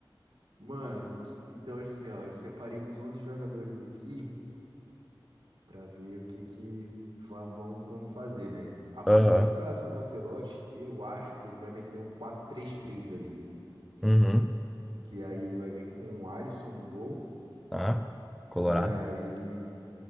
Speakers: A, on the right; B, in the centre.
A: Mano, que- então assim, ó, eu separei uns 11 jogadores aqui pra ver o que que vamos, vamos, vamos fazer, né? A possível
B: Aham.
A: escalação do Ancelotti, eu acho que ele vai meter um quatro três três ali,
B: Uhum.
A: que aí ele vai vir com o Alisson no gol
B: Tá. Colorado.
A: e aí